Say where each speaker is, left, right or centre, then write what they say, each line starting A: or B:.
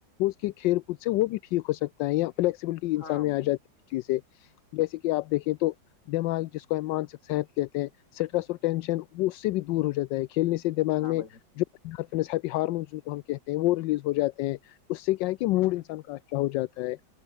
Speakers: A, on the left; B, on the left.
A: اس کے کھیل کود سے وہ بھی ٹھیک ہو سکتا ہے یا فلیکسیبلٹی انسان
B: ہاں
A: میں
B: بھائی
A: آ
B: جان
A: جاتی ہے چیزیں جیسے کہ آپ دیکھیں تو دماغ جس کو ہم مانسک صحت کہتے ہیں اسٹریس اور ٹینشن وہ اس سے بھی دور ہو جاتا ہے کھیلنے سے دماغ
B: ہاں
A: میں
B: بھائی جان
A: جو ہار ہم کہتے ہیں وہ ریلیز ہو جاتے ہیں اس سے کیا ہے کہ موڈ انسان کا اچھا ہو جاتا ہے